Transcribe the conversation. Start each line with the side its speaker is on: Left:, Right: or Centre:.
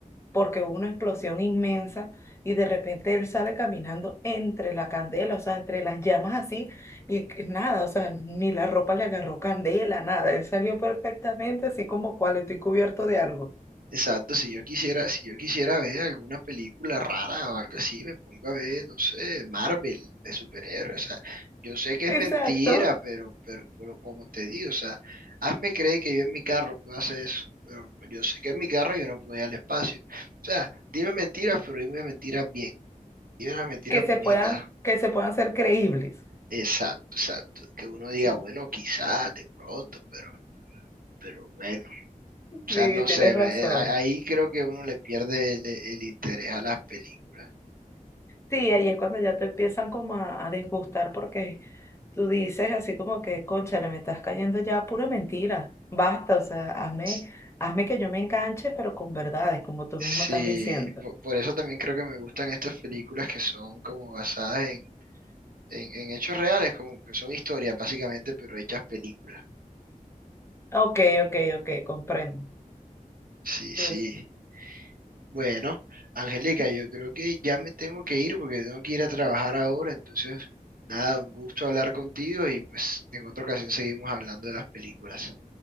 Left: porque hubo una explosión inmensa y de repente él sale caminando entre la candela, o sea, entre las llamas así, y que nada, o sea, ni la ropa le agarró candela, nada, él salió perfectamente así como cual estoy cubierto de algo.
Right: Exacto, si yo quisiera, si yo quisiera ver alguna película rara o algo así, me pongo a ver, no sé, Marvel de superhéroes. O sea, yo sé que es
Left: Exacto,
Right: mentira, pero, pero, pero como te digo, o sea, hazme creer que yo en mi carro puedo hacer eso. Pero yo sé que en mi carro yo no puedo ir al espacio. O sea, dime mentiras, pero dime mentiras bien. Dime las mentiras
Left: que
Right: bonitas.
Left: se puedan, que se puedan ser creíbles.
Right: Exacto, exacto. Que uno diga,
Left: Sí,
Right: bueno, quizás, de pronto, pero, pero bueno. O
Left: sí,
Right: sea, no
Left: tienes
Right: sé,
Left: razón.
Right: me- eh, a- ahí creo que uno le pierde el, el interés a las películas.
Left: Sí, ahí es cuando ya te empiezan como a, a disgustar porque tú dices así como que, cónchale, me estás cayendo ya a pura mentira. Basta, o sea, hazme,
Right: S-
Left: hazme que yo me enganche, pero con verdades, como tú
Right: Sí,
Left: mismo estás diciendo.
Right: po- por, eso también creo que me gustan estas películas que son como basadas en, en- en hechos reales, como que son historias básicamente, pero hechas películas.
Left: Ok, ok, ok, comprendo.
Right: Sí, sí.
Left: Sí, eso.
Right: Bueno, Angélica, yo creo que ya me tengo que ir porque tengo que ir a trabajar ahora, entonces, nada, un gusto hablar contigo y pues en otra ocasión seguimos hablando de las películas.